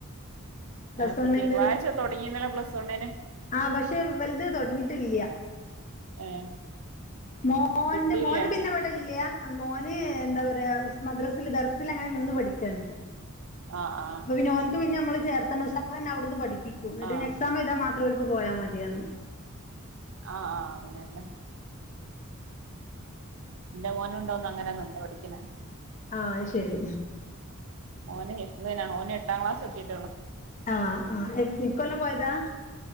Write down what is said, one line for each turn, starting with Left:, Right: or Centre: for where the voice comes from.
Left: പ്ലസ്
Right: പ്പൊ
Left: വണ്ണിന്റത്
Right: തിങ്കളാഴ്ച തുടങ്ങിണല്ലോ പ്ലസ് വണ്ണിന്
Left: ആഹ് പക്ഷെ ഇവൽത് തോടങ്ങിട്ടില്ല
Right: ഏഹ്
Left: മോന്റെ
Right: കിട്ടിയില്ലേ
Left: മോന് പിന്നെ ഇവിടെ മോന് എന്താ പറയാ മദ്രാസില് ദർസൽ അങ്ങനെ നിന്ന് പഠിക്കാണ്
Right: ആഹ് ആഹ്
Left: അപ്പ പിന്നേ ഓൻക്ക് പിന്ന നമ്മള് ചേർത്തണ്ട് ഉസാതെന്നെ അവിടുന്ന് പഠിപ്പിക്കും ന്നട്ട്
Right: ആഹ്
Left: പിന്നേ എക്സാം ചെയ്താ മാ ത്രൊർക്ക് പോയാൽ മതിന്ന്
Right: ആഹ് ആഹ് അങ്ങനെല്ല ന്റെ മോനുണ്ടോന്ന് അങ്ങനെ നിന്ന് പഠിക്ക്ണ്
Left: ആഹ് അഹ് ശരി
Right: ഓന് ഹിഫ്ള്നാ ഓന് എട്ടാം ക്ലാസ് എത്തിട്ടോള്ളൂ
Left: ആഹ് ആഹ് ഇക്കൊല്ലം പോയതാ